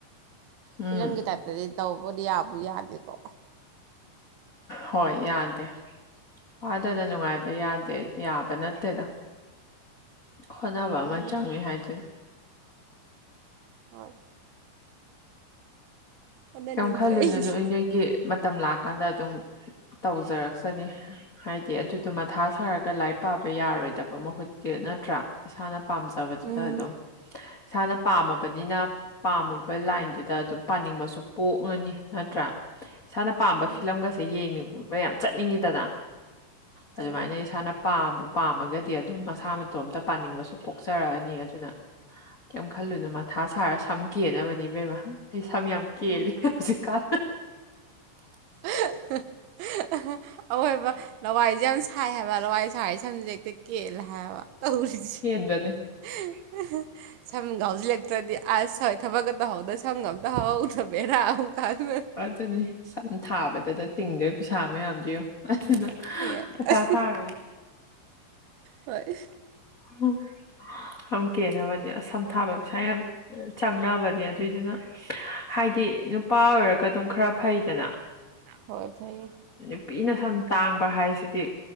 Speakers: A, on the left (about 45°); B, on the right (about 80°).
A: ꯎꯝ
B: ꯐꯤꯂꯝ ꯒꯤ ꯇꯥꯏꯞꯇꯗꯤ ꯇꯧꯕꯨꯗꯤ ꯌꯥꯕꯨꯗꯤ ꯌꯥꯗꯦꯀꯣ
A: ꯍꯣꯏ ꯌꯥꯗꯦ ꯑꯗꯨꯅ ꯅꯨꯡꯉꯥꯏꯕ ꯌꯥꯗꯦ ꯌꯥꯕ ꯅꯠꯇꯦꯗ ꯍꯣꯠꯅꯕ ꯑꯃ
B: ꯎꯝ
A: ꯆꯪꯉꯦ ꯍꯥꯏꯗꯨꯅꯤ
B: ꯍꯣꯏ ꯍꯣꯠꯅꯅꯤꯡꯗ꯭ꯔꯦ
A: ꯀꯩꯝ ꯈꯜꯂꯨꯅꯨ
B: ꯑꯩꯗꯤ
A: ꯅꯣꯏ ꯅꯣꯏꯒꯤ ꯃ ꯃꯇꯝ ꯂꯥꯛꯑꯀꯥꯟꯗ ꯑꯗꯨꯝ ꯇꯧꯖꯔꯛꯆꯅꯤ ꯍꯥꯏꯗꯤ ꯑꯗꯨꯗꯣ ꯃꯊꯥ ꯁꯥꯔꯒ ꯂꯥꯏꯔꯤꯛ ꯄꯥꯕ ꯌꯥꯔꯣꯏꯗꯕ ꯃꯍꯨꯠꯇꯤ ꯅꯠꯇ꯭ꯔꯥ ꯏꯁꯥꯅ ꯄꯥꯝꯖꯕꯗꯨꯗ
B: ꯎꯝ
A: ꯑꯗꯨꯝ ꯏꯁꯥꯅ ꯄꯥꯝꯃꯕꯅꯤꯅ ꯄꯥꯝꯃꯕ ꯂꯥꯏꯟꯗꯨ ꯗ ꯑꯗꯨꯝ ꯄꯥꯅꯤꯡꯕꯁꯨ ꯄꯣꯛꯑꯅꯤ ꯅꯠꯇ꯭ꯔ ꯏꯁꯥꯅ ꯄꯥꯝꯕ
B: ꯃꯥꯅꯤ
A: ꯐꯤꯂꯝꯒꯁꯦ ꯌꯦꯡꯅꯤꯡ ꯃ ꯌꯥꯝ ꯆꯠꯅꯤꯡꯉꯤꯗꯅ ꯑꯗꯨꯝꯃꯥꯏꯅ
B: ꯆꯠꯅꯤꯡ
A: ꯏꯁꯥꯅ ꯄꯥꯝꯕꯨ ꯄꯥꯝꯃꯒꯗꯤ ꯑꯗꯨꯝ ꯃꯁꯥ ꯃꯇꯣꯝꯇ ꯄꯥꯅꯤꯡꯕꯁꯨ ꯄꯣꯛꯆꯔꯛꯑꯅꯤ ꯑꯗꯨꯅ ꯀꯩꯝ ꯈꯜꯂꯨꯅꯨ ꯃꯊꯥ ꯁꯥꯔ ꯁꯝ ꯀꯦꯟꯅꯕꯅꯤ ꯏꯕꯦꯝꯃ ꯑꯩ ꯁꯝ ꯌꯥꯝ ꯀꯦꯜꯂꯤ
B: ꯃꯥꯅꯤ
A: ꯍꯧꯖꯤꯛꯀꯥꯟ <unintelligible>
B: <unintelligible> ꯑꯋꯣꯏꯕ ꯂꯋꯥꯏꯖꯦ ꯌꯥꯝ ꯊꯥꯏ ꯍꯥꯏꯕ ꯂꯋꯥꯏ ꯁꯥꯏ ꯁꯝꯖꯦ ꯍꯦꯛꯇ ꯀꯦꯜꯂꯦ ꯍꯥꯏꯕ ꯇꯧꯔꯤ <unintelligible>
A: ꯀꯦꯟꯕꯅꯦ
B: <unintelligible> ꯁꯝꯒ ꯍꯧꯖꯤꯜꯂꯛꯇ꯭ꯔꯗꯤ ꯑꯁ ꯍꯣꯏ ꯊꯕꯛꯀ ꯇꯧꯍꯧꯗ ꯁꯝꯒ ꯑꯝꯇ ꯍꯍꯧꯗꯕꯤ ꯕꯦꯔꯥ ꯑꯝ ꯀꯥ <unintelligible>
A: ꯑꯗꯨꯅꯤ ꯁꯝ ꯊꯥꯕꯗꯗ ꯇꯤꯡꯗꯣꯏ ꯄꯩꯁꯥ ꯃꯌꯥꯝꯗꯨ ꯌꯦꯡꯎ ꯑꯗꯨꯅ
B: ꯑꯦ
A: ꯃꯊꯥ
B: ꯑꯁ
A: ꯁꯥꯔꯨꯅꯨ
B: ꯍꯣꯏ
A: ꯎꯝ ꯁꯝ ꯀꯦꯟꯅꯕꯅꯤ ꯑꯁ ꯁꯝ ꯊꯥꯕ ꯄꯩꯁꯥ ꯌꯥꯝ ꯆꯪꯅꯕ ꯅꯤ ꯑꯗꯨꯏꯗꯨꯅ ꯍꯥꯏꯗꯤ ꯅꯨꯄꯥ ꯑꯣꯏꯔ ꯑꯗꯨꯝ ꯈꯔ ꯐꯩꯗꯅ
B: ꯍꯣꯏ ꯐꯩ
A: ꯅꯨꯄꯤꯅ ꯁꯝ ꯇꯥꯡꯕ ꯍꯥꯏꯁꯤꯗꯤ